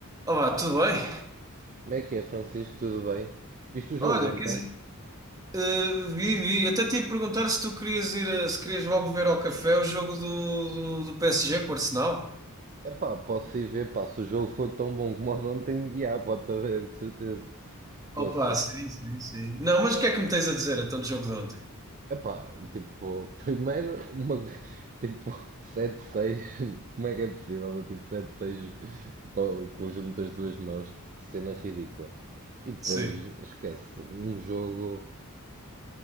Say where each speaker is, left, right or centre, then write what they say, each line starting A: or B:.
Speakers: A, on the right; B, on the right.
A: Olá, tudo bem?
B: Como é que é, Francisco? Tudo bem? Viste o jogo
A: Olha,
B: ontem?
A: quer dizer, eh, vi, vi. Até te ia perguntar se tu querias ir, a- se querias logo ver ao café o jogo do, do, do PSG com o Arsenal.
B: Epá, posso ir ver, pá, se o jogo for tão bom como o de ontem, <laughs> guiar, pode haver, de certeza. Poça.
A: Opa, sim, sim, sim. Não, mas o que é que me tens a dizer então do jogo de ontem?
B: Epá, tipo, <laughs> primeiro, uma, tipo, sete seis. <laughs> como é que é possível? Tipo, sete seis, tipo, o conjunto das duas mãos, que cena ridícula. E depois,
A: Sim.
B: esquece, um jogo,